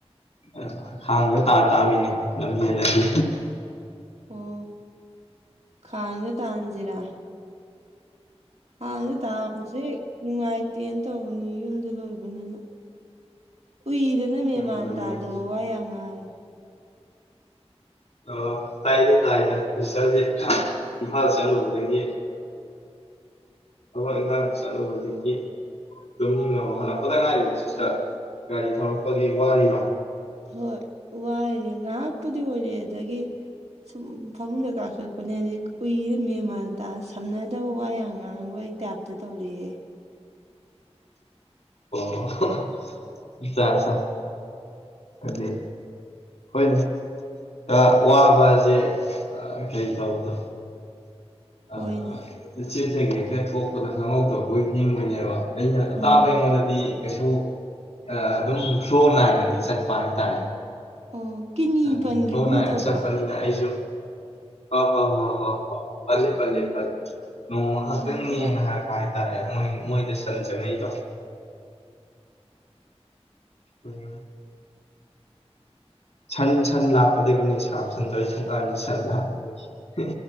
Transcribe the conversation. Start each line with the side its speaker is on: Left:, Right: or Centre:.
Left: ꯑ ꯈꯥꯡꯗ ꯇꯥ ꯇꯥꯝꯅꯤꯅꯦ ꯂꯝ ꯍꯦꯜꯂꯗꯤ
Right: ꯑꯣ ꯈꯥꯡꯗ ꯇꯥꯍꯟꯖꯤꯔꯥ ꯈꯥꯡꯗ ꯇꯥꯕꯖꯦ ꯅꯨꯡꯉꯥꯏꯇꯦꯅ ꯇꯧꯕꯅꯦ ꯌꯨꯝꯗ ꯂꯣꯏꯕꯅꯤꯅ ꯎꯏꯗꯅ ꯃꯦꯟꯃꯥꯟ
Left: ꯎꯝ
Right: ꯇꯥꯗꯕ ꯋꯥ ꯌꯥꯝ ꯉꯥꯡꯉꯦ
Left: ꯑꯣ ꯇꯥꯏꯗ ꯇꯥꯏꯗ ꯁꯤꯁꯇꯔꯖꯦ ꯏꯝꯐꯥꯜ ꯆꯠꯂꯨꯕꯗꯒꯤ ꯊꯕꯛ ꯏꯪꯈꯥꯡ ꯆꯠꯂꯨꯕꯗꯒꯤ ꯇꯨꯝꯅꯤꯡꯉꯕꯣ ꯍꯜꯂꯛꯄꯗ ꯉꯥꯏꯔꯤꯕꯣ ꯁꯤꯁꯇꯔ ꯒꯥꯔꯤ ꯊꯧꯔꯛꯄꯒꯤ ꯋꯥꯔꯤꯔꯣ
Right: ꯍꯣꯏ ꯋꯥꯔꯤꯅꯦ ꯉꯥꯍꯥꯛꯄꯨꯗꯤ ꯑꯣꯏꯔꯦ ꯑꯗꯒꯤ ꯁꯨꯝ ꯐꯃꯨꯡꯗ ꯀꯥꯈꯠꯂꯛꯄꯅꯦ ꯑꯗꯩ ꯎꯏꯔ ꯃꯦꯟꯃꯥꯟ ꯇ ꯁꯝꯅꯗꯕ ꯋꯥ ꯌꯥꯝ ꯉꯥꯡꯕꯩ ꯇꯥꯢꯞꯇ ꯇꯧꯔꯦ ꯑꯩ
Left: ꯑꯣ ꯍꯣ ꯑꯆꯥꯆꯥ ꯑꯗꯩ ꯍꯣꯏꯗ ꯑ ꯋꯥꯕꯖꯦ ꯑ ꯀꯩ ꯇꯧꯕꯗꯣ
Right: ꯍꯣꯏꯅꯦ
Left: ꯑ ꯆꯤꯟꯗꯒꯤ ꯍꯦꯛꯇ ꯊꯣꯛꯄꯗ ꯈꯪꯍꯧꯗ꯭ꯔꯕꯣꯏ ꯅꯤꯡꯕꯅꯦꯕ ꯑꯩꯅ ꯑꯇꯥꯕ
Right: ꯎꯝ
Left: ꯑꯩꯉꯣꯟꯗꯗꯤ ꯀꯩꯁꯨ ꯑꯗꯨꯝ ꯑ ꯐ꯭ꯂꯣ ꯅꯥꯏꯅꯗꯤ ꯆꯠ ꯄꯥ ꯍꯥꯢꯇꯥꯔꯦ
Right: ꯑꯣ ꯀꯤꯅꯤ
Left: ꯑꯝ
Right: ꯄꯟꯈꯤꯒꯨꯝ
Left: ꯐ꯭ꯂꯣ ꯅꯥꯏꯅ
Right: ꯇꯧꯕ
Left: ꯆꯠꯄꯅꯤꯅ ꯑꯩꯖꯨ ꯑ ꯍ ꯍ ꯍ ꯍ ꯐꯂꯦ ꯐꯂꯦ ꯐꯂꯦ ꯅꯣꯡꯃ ꯈꯛꯇꯪꯅꯤꯅ
Right: ꯎꯝ ꯀꯗꯥꯏ
Left: ꯍꯥꯏꯔꯛꯄ ꯍꯥꯏ ꯇꯥꯔꯦ ꯃꯣꯢ ꯃꯣꯏꯗ ꯁꯟ ꯆꯪꯉꯛꯏꯗꯣ ꯎꯝ ꯁꯟ ꯁꯟ ꯂꯥꯛꯄꯗꯒꯤꯅꯦ ꯁꯥꯕ ꯁꯟꯗꯔ ꯍꯣꯢ ꯊꯣꯡꯒꯥꯟꯒꯤ ꯁꯟ ꯂꯥꯛꯄꯗꯒꯤ ꯍꯦ